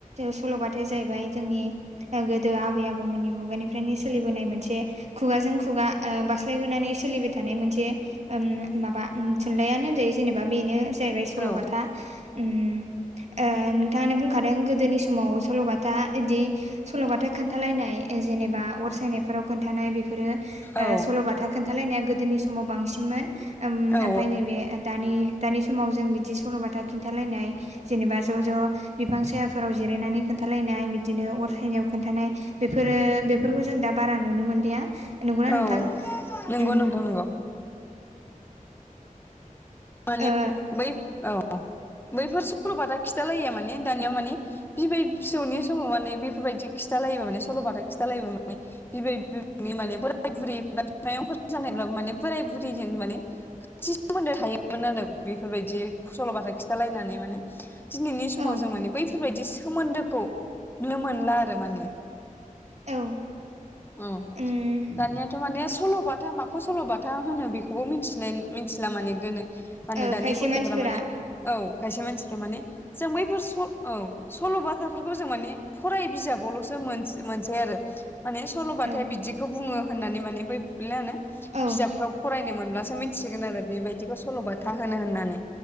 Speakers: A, on the right; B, on the left.
A: सल'बथायाया जाहैबाय जोंनि गोदो आबै आबौमोननि मुगानिफ्रायनो सोलिबोनाय मोनसे खुगाजों खुगा ओ बास्लायबोनानै सोलिबाय थानाय मोनसे माबा थुनलाइयानो होन जायो जेनेबा बेनो जाहैबाय सल'बाथा।
B: औ
A: ओम ओ नोंथाङानो बुंखादों गोदोनि समाव सल'बाथा बिदि सल'बाथा खोनथालायनाय जेनेबा अर सायनाय बेफोराव खोनथानाय बेफोरो
B: औ
A: सल'बाथा खोन्थालायनाया गोदोनि समाव बांसिनमोन। ओमफ्राय
B: औ
A: नैबे दानि दानि समाव जों बिदि सल'बाथा खिन्थालायनाय। जेनेबा ज' ज' बिफां सायाफोराव जिरायनानै खोनथखलायनाय बिदिनो अर सायनायाव खोन्थानाय। बेफोरो बेफोरखौ जों दा बारा नुनो मोनलिया नंगौना
B: औ
A: नोंथां
B: नंगौ
A: उम।
B: नोंथां नंगौ माने औ।
A: ओ
B: बैफोर सल'बाथा खिन्थालायो माने दानियाव माने बिबै फिसौनि समाव माने बेफोरबायदि खिथालायोबा मान सल'बाथा खिथालायोबा माने बिबै बिबनि माने बोराय बुरै एबा बिमायंफोरा जानायब्लाबो माने बोराय बुरैजों माने खाथि सोमोन्दो थायोमोन आरो बेफोरबायदि फसल'बाथा खिन्थालायनानै माने दिनैनि समाव
A: औ
B: जों माने बैफोरबायदि सोमोनदोखौ नुनो मोनला आरो माने।
A: औ
B: औ
A: उम
B: दानियाथ' माने सल'बाथा मा खौ सल'बाथा होनो बेखौबो मिथि मिथिला माने गोनो मा होनो
A: ओ
B: दानि
A: खायसे
B: गथ'फोरा
A: मानसिफोरा
B: माने। औ खायसे मानसिफ्रा माने जों बैफोर औ सल'बाथाफोरखौ जों माने फराय बिजाबावल'सो मोनसै आरो माने सल'बाथाय
A: औ
B: बिदिखौ बुङो होननानै माने बै मा होनो
A: औ
B: बिजाबफ्राव फरायनो मोनब्लासो मिसिगोन आरो बेबायदिखौ सल'बाथा होनो होननानै